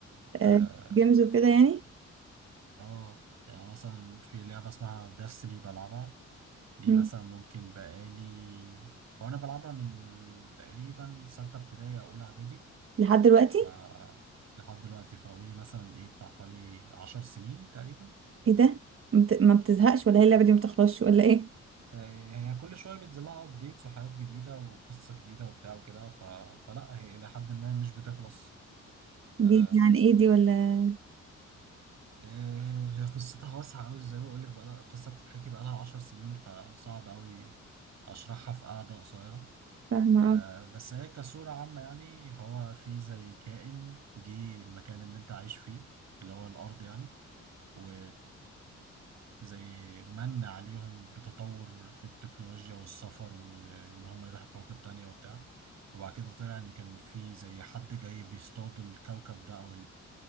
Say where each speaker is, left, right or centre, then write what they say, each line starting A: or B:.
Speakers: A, on the right; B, on the right.
A: آه،
B: آه
A: جيمز وكده يعني
B: اه يعني مثلا في لعبة اسمها داستني بلعبها دي
A: مم.
B: مثلا ممكن بقالي وانا بلعبها من تقريبا ستة ابتدائي او اولى اعدادي
A: لحد دلوقتي
B: ف لحد دلوقتي فقولي مثلا ايه بتاع حوالي عشر سنين تقريبا
A: ايه ده ما بت- ما بتزهقش ولا هي اللعبة دي ما بتخلصش ولا ايه
B: آه، هي كل شوية بينزل لها ابديتس وحاجات جديدة وقصة جديدة وبتاع وكده ف... فلا هي إلى حد ما مش بتخلص آه،
A: دي دي يعني ايه دي ولا
B: آه، هي قصتها واسعة أوي زي ما بقولك بقى قصة بتتحكي بقالها عشر سنين فصعب أوي أشرحها في قعدة قصيرة
A: فاهمة
B: آه،
A: اه
B: بس هي كصورة عامة يعني هو في زي كائن جه المكان اللي أنت عايش فيه اللي هو الأرض يعني و زي من عليهم بتطور في التكنولوجيا والسفر وإن هم يروحوا كواكب تانية وبتاع وبعد كده طلع إن كان في زي حد جاي بيصطاد الكوكب ده أو